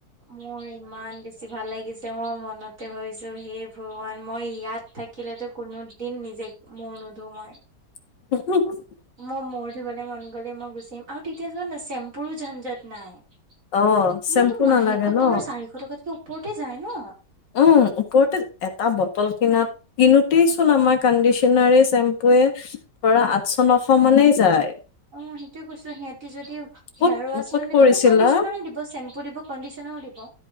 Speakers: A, on the right (about 45°); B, on the left (about 85°).
A: মোৰ ইমান বেছি ভাল লাগিছে মই মনতে ভাবিছো সেই ভগৱান। মই ইয়াত থাকিলেতো কোনো দিন নিজে মূৰ নোধো মই।
B: <unintelligible>
A: মই মূৰ ধুবলে মন গ'লে মই গুচিম, আৰু তেতিয়া জানানে চেম্পুৰো জঞ্জত নাই। কিন্তু
B: অ চেম্পু
A: এইটো মাহেকত
B: নালাগে ন
A: তোমাৰ চাৰিশ টকাতকে ওপৰতে যায় ন?
B: উম ওপৰতে, এটা বটল কিনাত কিনোতেই চোন আমাৰ কণ্ডিচনাৰে চেম্পুয়ে, ধৰা আঠশ-নশ মানেই যায়।
A: অ' সেইটোয়ে কৈছো, সিহঁতে যদি হেয়াৰ
B: ক'ত
A: ৱাছ
B: ক'ত
A: মানেটো
B: কৰিছিলা
A: কণ্ডিচনাৰো দিব। চেম্পুও দিব, কণ্ডি দিব।